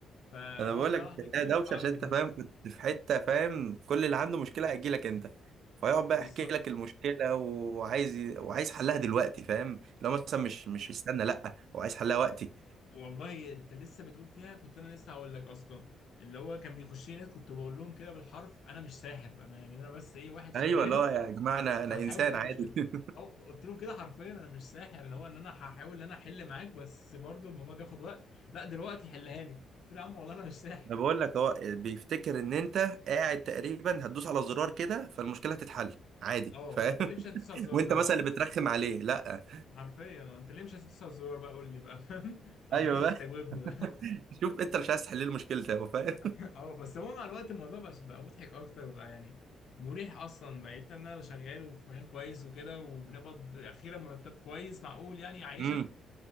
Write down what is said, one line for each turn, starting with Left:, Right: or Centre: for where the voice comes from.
Left: فواحده
Right: انا بقول لك انت
Left: واحده
Right: هتلاقيها
Left: كده
Right: دوشه
Left: تتعود
Right: عشان انت
Left: بقى
Right: فاهم كنت في حته فاهم كل اللي عنده مشكله هيجي لك انت فيقعد بقى
Left: بالظبط
Right: يحكي لك المشكله وعايز ي- وعايز حلها دلوقتي فاهم لو مثلا
Left: آه.
Right: مش مش استنى لا هو عايز حلها وقتي
Left: والله انت لسه بتقول فيها كنت انا لسه هقول لك اصلا اللي هو كان بيخش لي ناس كنت بقول لهم كده بالحرف انا مش ساحر انا يعني انا بس ايه واحد شغال
Right: ايوه لا يا جماعه انا انا
Left: هحاول
Right: انسان
Left: احل لك
Right: عادي
Left: مشكلتي
Right: <laughs>
Left: او قلت لهم كده حرفيا انا مش ساحر اللي هو ان انا هحاول ان انا احل معاك بس برضو الموضوع بياخد وقت لا دلوقتي حلها لي قلت له يا عم والله انا مش ساحر
Right: انا بقول لك هو بيفتكر ان انت قاعد تقريبا هتدوس على زرار كده فالمشكله هتتحل عادي
Left: اه
Right: فاهم
Left: انت ليه مش هتدوس على الزرار
Right: <laughs> وانت
Left: ده بقى
Right: مثلا اللي بترخم عليه لا
Left: حرفيا اه، انت ليه مش هتدوس على الزرار بقى قول لي بقى فاهم <laughs> عمال
Right: ايوه
Left: يستجوبني
Right: بقى <laughs>
Left: بقى
Right: شوف انت مش عايز تحل لي مشكلتي هو فاهم
Left: <laughs> اه بس هو مع الوقت الموضوع بقى بقى مضحك اكتر بقى يعني مريح اصلا بقيت ان انا شغال وفي مكان كويس وكده وبنقبض اخيرا مرتب كويس معقول يعني يعيشك
Right: <laughs> امم